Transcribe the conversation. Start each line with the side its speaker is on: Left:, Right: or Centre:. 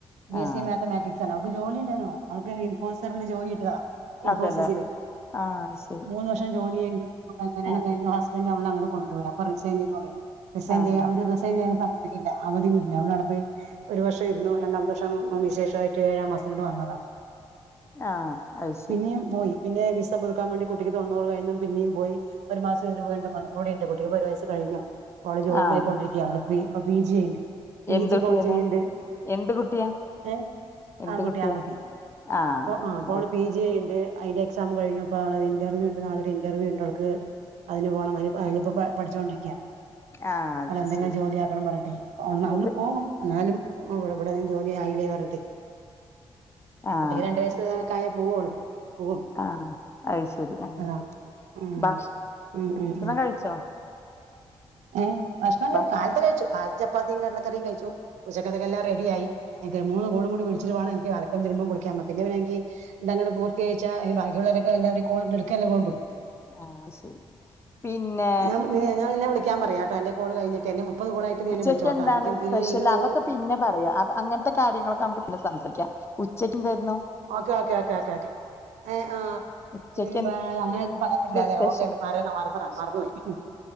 Right: ബി
Left: ആഹ്
Right: എസ് സി മാത്തമാറ്റിക്സ് ആണ് അവൾക്ക് ജോലി ഉണ്ടായിരുന്നു അവൾക്ക് ഇൻഫോറിൽ ജോലി കിട്ടിയതാ ഇൻഫോസിസിൽ
Left: അതല്ലേ ആഹ് അത് ശരി
Right: മൂന്ന് വ ജോലി ചെയ്തു കല്ല്യാണം
Left: ആഹ്
Right: കഴിഞ്ഞു ഹസ്ബന്റ് അവളെ അങ്ങ്ട് കൊണ്ടോയി അപ്പൊ റിസൈന് റിസൈൻ
Left: ആഹ്
Right: ചെയ്യ അവര് റിസൈൻ ചെയ്യാനൻ സമ്മതിക്കില്ല അവധി ഇല്ല അവളവിടെ പോയി ഒരു വർഷം ഇരുന്നു രണ്ടാം വർഷം വിശേഷമായിട്ട് ഏഴാം മാസം ഇങ്ങട് വന്നതാ
Left: ആഹ് അത് ശരി
Right: പിന്നെയും പോയി പിന്നെ വിസ പുതുക്കാൻ വേണ്ടി കുട്ടിക്ക് തൊണ്ണൂ കഴിയിന്നും പിന്നെയും പോയി ഒരു മാസം ഇതിന് വേണ്ട <unintelligible> കുട്ടിക്ക് ഒരു വയസ്സ് കഴിഞ്ഞു ഓള് ജോലി ജോലി
Left: ആഹ്
Right: നോക്കി കൊണ്ടിരിക്ക അവള് പി ജി ചെയ്യ്ണ്ട് പി
Left: എന്ത്
Right: ജി ഇപ്പ
Left: കുട്ടിയാണ്
Right: അവള് ചെയ്യ്ണ്ട്
Left: എന്ത് കുട്ടിയാ
Right: ഏഹ്
Left: എന്ത്
Right: ആങ്കുട്ടി
Left: കുട്ടിയാ
Right: ആങ്കുട്ടി
Left: ആഹ്
Right: ഇപ്പോ അവള്
Left: അത്
Right: പി ജി ചെയ്യ്ണ്ട് അതിന്റെ എക്സാം കഴിഞ്ഞു ഇപ്പ ഇന്റർവ്യൂ ഉണ്ട് നളൊരു ഇന്റർവ്യൂ ഉണ്ട് അവക്ക് അതിന് പോണന്ന് അതിനിപ്പ പഠിച്ചോണ്ടിരിക്കാ
Left: ആഹ് അത്
Right: അവളെന്തെങ്കിലും
Left: ശരി
Right: ജോലിയാക്കണം പറട്ടെ അവള്
Left: എന്നിട്ട്
Right: അങ്ങനെ പോകും എന്നാലും ഓഹ് ഇവിടെവിടെം ജോലി ആയില്ലേ പറഞ്ഞിട്ട്
Left: ആഹ്
Right: കുട്ടിക്ക് രണ്ടു വയസ്സ്
Left: അത് ശരി
Right: കായേ പോവോളു പോകും
Left: ആഹ് അത് ശരി ആഹ്
Right: അതാ ഉം
Left: ഭക്ഷണം
Right: ഉം ഉം
Left: കഴിച്ചോ
Right: ഏഹ് ഭക്ഷണം
Left: ഭക്ഷ
Right: കാലത്തെ കഴിച്ചു കാൽ ചപ്പാത്തിയും കടലക്കറിയും കഴിച്ചു ഉച്ചത്തേക്കെല്ലാം റെഡിയായി എനിക്ക് മൂന്ന് <unintelligible> വേണം എനക്ക് അലക്കേം തിരുമ്പോ കുളിക്കാ പിന്ന പിന്നെനിക്ക് ഇതങ്ങിട് പൂർത്തികരിച്ചാ ഈ ബാക്കിയുള്ളവരൊക്ക എല്ലാവരും എടുക്കല്ലേ പോണ്ടു
Left: ആഹ് ശരി പിന്നെ
Right: നാം നിന്ന വിളി ക്കാൻ പറയാ ട്ടാ എന്റെകോള് കഴിഞ്ഞിട്ട് മുപ്പത് കോളായിട്ട് എന്നെ
Left: ഉച്ചക്ക്
Right: വിളി ചോ
Left: എന്താണ്
Right: ട്ടാ എനി പിന്ന
Left: സ്പെഷ്യൽ
Right: ഇരുവത്
Left: അതൊക്കെ
Right: ഗോള്
Left: പിന്നെ പറയാ അങ്ങനത്തെ കാര്യങ്ങളൊക്കെ നമുക്ക് പിന്നെ സംസിക്കാം ഉച്ചക്ക് എന്തായിരുന്നു
Right: ഓക്കേ ഓക്കേ ഓക്കേ ഓക്കെ എ ആ
Left: ഉച്ചക്ക്
Right: എവാ
Left: എന്ത്
Right: അങ്ങനെ ന്നും പറയാൻ പറ്റില്ലല്ലെ
Left: സ്പെഷ്യൽ
Right: ഓക്കെ മറന്നട മറന്ന് ഓയി